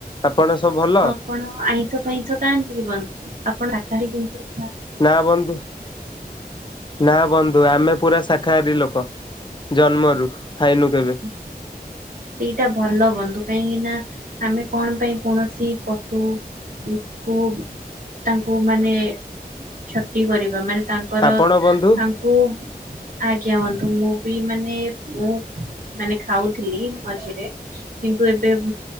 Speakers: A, on the left; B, on the right.
A: ଆପଣ ସବୁ ଭଲ?
B: ଆପଣ ଆଇଁଷ ଫାଇଁଷ କାଆନ୍ତି କି ବନ୍ଧୁ? ଆପଣ ସାକାହାରୀ ଜିନଷ
A: ନା ବନ୍ଧୁ, ନା ବନ୍ଧୁ ଆମେ ପୁରା ଶାଖହାରୀ ଲୋକ। ଜନ୍ମରୁ ଖାଇନୁ କେବେ
B: ହ ସେଇଟା ଭଲ ବନ୍ଧୁ। କାହିଁକି ନା ଆମେ କଣ ପାଇଁ କୌଣସି ପଶୁ କୁ ତାଙ୍କୁ ମାନେ ଛତି କରିବା ମାନେ ତାଙ୍କର,
A: ଆପଣ ବନ୍ଧୁ
B: ତାଙ୍କୁ, ଆଜ୍ଞା ବନ୍ଧୁ, ମୁଁ ବି ମାନେ ମୁଁ ମାନେ ଖାଉଥିଲି ମଝିରେ କିନ୍ତୁ ଏବେ,